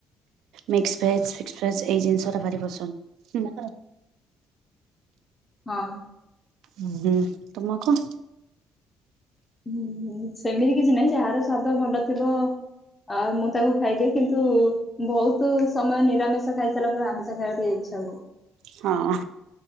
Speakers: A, on the right; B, on the left.
A: ମିକ୍ସି ଭେଜ ଫିକ୍ସି ଭେଜ ଏଇ ଜିନିଷଟା ଭାରି ପସନ୍ଦ ହୁଁ।
B: ହଁ।
A: ହୁଁ ତମକୁ
B: ହୁଁ ହୁଁ ସେମିତି କିଛି ନାହିଁ ଯାହାର ସ୍ଵାଦ ଭଲ ଥିବ ଆ ମୁଁ ତାକୁ ଖାଇ ଦିଏ କିନ୍ତୁ ବହୁତୁ ସମୟ ନିରାମିଷା ଖାଇ ସାରିଲା ପରେ ଆମିଷ ଖାଇବାକୁ ଟିକେ ଇଚ୍ଛା ହୁଏ।
A: ହଁ